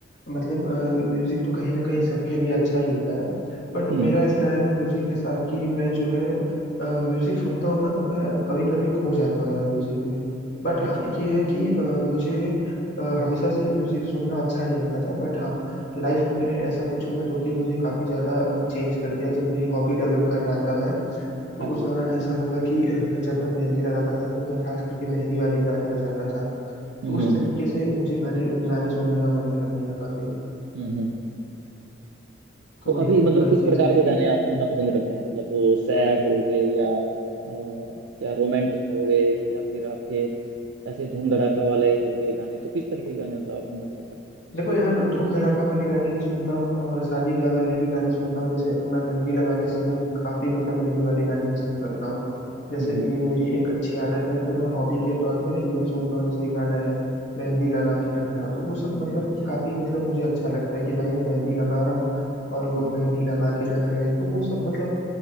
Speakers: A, on the left; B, on the right.
A: मतलब म्यूजिक तो कहीं ना कहीं सबके लिए अच्छा ही होता है बट
B: हम्म
A: मेरा ऐसे रहा है ना म्यूजिक के साथ कि मैं जो है म्यूजिक सुनता हूँ ना तो मैं कभी कभी खो जाता हूँ यार म्यूजिक में बट
B: अच्छा
A: हाँ ये है कि अ, मुझे अ, हमेशा से म्यूजिक सुनना अच्छा नहीं लगता था बट हाँ लाइफ में मेरे ऐसा कुछ हुआ जो कि मुझे काफी ज्यादा चेंज कर दिया जब मेरी हॉबी डेवलप कर रहा था मैं तो
B: अच्छा
A: उस दौरान ऐसा हुआ कि अ, जब मैं मेहंदी लगाता था तो मैं खास करके मेहंदी वाले गाने बजाता था
B: हम्म
A: तो उस
B: हम्म
A: तरीके
B: हम्म
A: से मुझे गाने गाने सुनने का मन करने लगा फिर
B: हम्म हम्म
A: तो
B: तो
A: वही
B: अभी मतलब
A: वही
B: किस
A: चीज
B: प्रकार
A: थी
B: के
A: कि
B: गाने आप सुनना पसंद करते हैं मतलब वो सैड हो गए या अ, क्या रोमांटिक हो गए या फिर आपके ऐसे धूम धड़ाका वाले हो गए गाने तो किस तरीके के गाने मतलब आप सुनना पसंद करते हैं
A: देखो यार धूम धड़ाका वाले गाने भी सुनता हूँ और शादी ब्याह वाले भी गाने सुनता हूँ जैसे मैं मेहंदी लगाते समय काफी मतलब मेहंदी वाले गाने पसंद करता हूँ जैसे
B: हम्म हम्म,
A: ये मेरी एक अच्छी आदत है तो मैं हॉबी के तौर पे ना ये भी सुनता हूँ जैसे ये गाना है मेहंदी लगा के रखना तो वो सब मतलब
B: अच्छा अच्छा
A: काफी
B: हम्म
A: मतलब मुझे अच्छा लगता है कि भाई मैं मेहंदी लगा रहा हूँ और लोग
B: हम्म।
A: मेहंदी लगा के रख रहे हैं तो वो सब मतलब